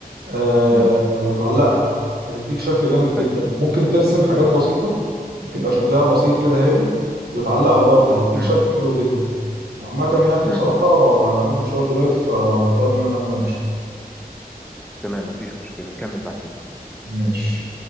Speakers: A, on the right (about 90°); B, in the centre.
A: آه
B: امم
A: وتعلقها هتديك شكل جامد جدا
B: ايوه
A: ممكن ترسم حاجات بسيطة تبقى شكلها بسيط كده هادي وتعلقها برضه هتديك
B: امم
A: شكل حلو جدا وعامة يعني بصراحة
B: امم
A: أنا عندي مشوار دلوقتي فمضطر إن أنا أقوم أمشي
B: تمام مفيش مشكلة نكمل بعدين
A: ماشي